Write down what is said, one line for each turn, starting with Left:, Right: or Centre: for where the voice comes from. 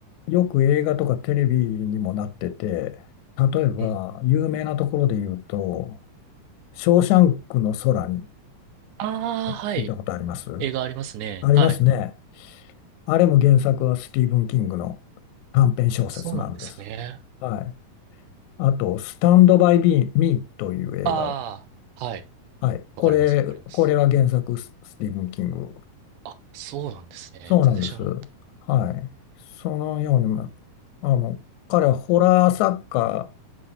Left: よく映画とかテレビにもなってて、例えば有名なところで言うと、
Right: うんうん。
Left: ショーシャンクの空に
Right: ああ、はい。
Left: 聞いたことあります
Right: 映画ありますね。
Left: ありますね。
Right: はい。
Left: あれも原作はスティーブン・キングの短編小説なんです。
Right: そうなんですね。
Left: はい。あと、スタンド・バイ・ミーという映画
Right: ああ、はい。
Left: はい。
Right: わかります、
Left: これ、
Right: わかります。
Left: これは原作ススティーブン・キング。
Right: あ、そうなんですね。
Left: そうなんです。
Right: 全然知らなかっ
Left: はい。そのように、まあの、彼はホラー作家